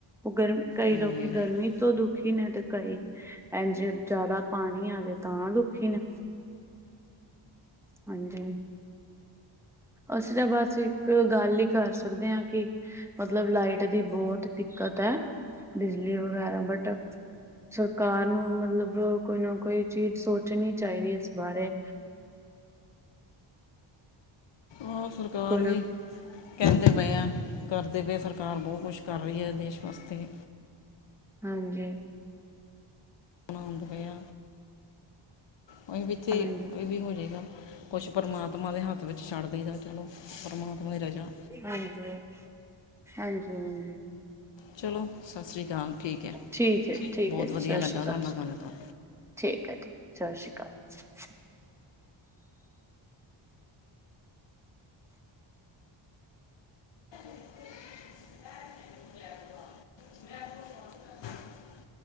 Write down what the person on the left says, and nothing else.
ਹਾਂਜੀ
ਹਾਂ
ਹਾਂ ਸਰਕਾਰ
ਵੀ
ਕਹਿੰਦੇ ਪਏ ਆ ਕਰਦੇ ਪਏ ਸਰਕਾਰ ਬਹੁਤ ਕੁਛ ਕਰ ਰਹੀ ਹੈ ਦੇਸ਼ ਵਾਸਤੇ
ਗੰਦ ਪਯੇ ਉਹ ਵਿੱਚੇ
ਇਹ ਵੀ ਹੋ ਜੇਗਾ ਕੁਛ ਪਰਮਾਤਮਾ ਦੇ ਹੱਥ ਵਿੱਚ ਛੱਡ ਦੇਈ ਦਾ ਚਲੋ ਪਰਮਾਤਮਾ ਦੀ ਰਜਾ
ਚਲੋ ਸਤਿ ਸ੍ਰੀ ਅਕਾਲ ਠੀਕ ਹੈ
ਬਹੁਤ
ਵਧੀਆ
ਲੱਗਾ
ਤੁਹਾਡੇ ਨਾਲ ਗੱਲ ਕਰ
ਹ <unintelligible>